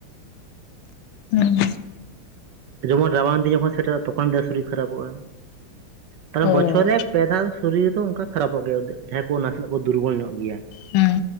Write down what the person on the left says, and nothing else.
ᱦᱮᱸ
ᱦᱳᱭ
ᱦᱮᱸ